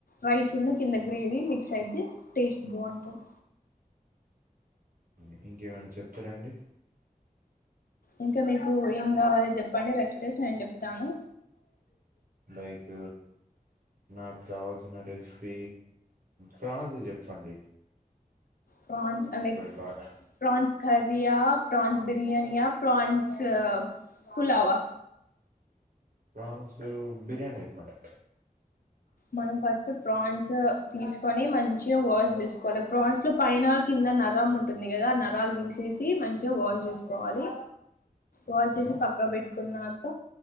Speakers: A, on the left; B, on the right.
A: రైస్ కింద గ్రేవి మ మిక్స్ ఐతే టేస్ట్ బాగుంటది
B: ఓకే. ఇంకేమైనా చెప్తారాండి
A: ఇంకా మీకు ఏం కావాలి చెప్పండి రెసిపీస్ నేను చెప్తాను
B: లైక్ నాకు కావల్స్ రెసిపీ ఫ్రాన్స్ చెప్పండి
A: ప్రాన్స్లైక్
B: ఇప్పుడు బాగా
A: ప్రాన్స్ కరియా ప్రాన్స్ బిరియానీయా ప్రాన్స్ ఫులావా
B: ఫ్రాన్స్ బిర్యానీ ఎప్పండ్
A: మనం ఫస్ట్ ప్రాన్స్ తీసుకొని మంచిగా వాష్ చేసుకోవాలి ప్రౌన్స్ లో పైన కింద నరం ఉంటుంది కదా నరాలు తీసేసి మంచిగా వాష్ చేసుకోవాలి. Wash
B: okay.
A: జేసి పక్కక్ బెట్టుకున్నాక